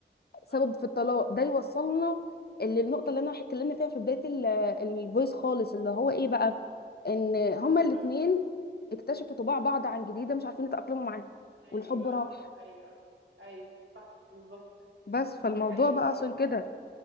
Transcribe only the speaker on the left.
سبب
في الطلاق ده يوصلنا للنقطه اللي انا اتكلمنا فيها في بدايه ال- الفويس خالص اللي هو ايه بقى ان هما الاثنين
اكتشفوا طباع بعض عن جديده مش عارفين يتاقلموا معاها
والحب راح
بس فالموضوع
بقى
عشان كده